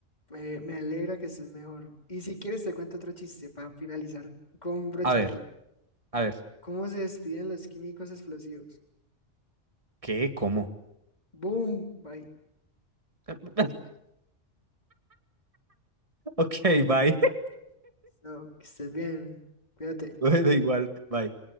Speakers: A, on the left; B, on the right.
A: me, me alegra que estés mejor. Y si quieres te cuento otro chiste para finalizar con brocha
B: A ver,
A: de oro.
B: a ver.
A: ¿Cómo se despiden los químicos explosivos?
B: ¿Qué? ¿Cómo?
A: Boom, bye.
B: <laughs> Ok, bye. <laughs>
A: Chao, que estés bien. Cuídate.
B: Bueno, igual, bye.